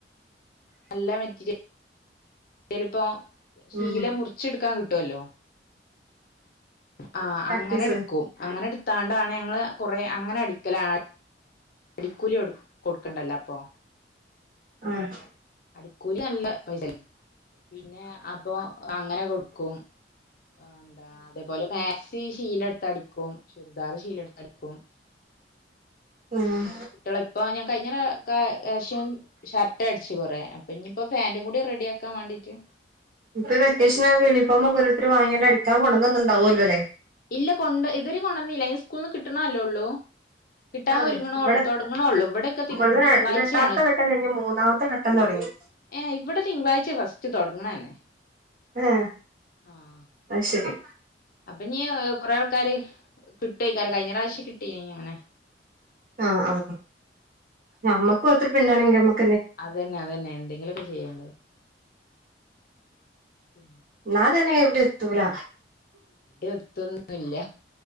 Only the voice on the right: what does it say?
ഉം
കട്ട്
പീസ്
ആഹ്.
ഉം
ഇപ്പ വെക്കേഷൻ യൂണിഫോമക്കെ ഒരോരുത്തർ വാങ്ങിയാണ്ട് അടിക്കാൻ കൊണ്ടന്നന്ന്ണ്ടാവുമല്ലോ ലേ
ആഹ്
ഇവിടെ
ഇവിടുന്ന്
രണ്ടാമത്തെ ഘട്ടം കഴിഞ്ഞ് മൂന്നാമത്തെ ഘട്ടം തുടങ്ങി
ഏഹ്.
അത് ശരി
ആഹ് ആ ആ ഞമ്മക്കും അത്ര <unintelligible>
എന്നാ തന്നെ എവിടം എത്തൂല.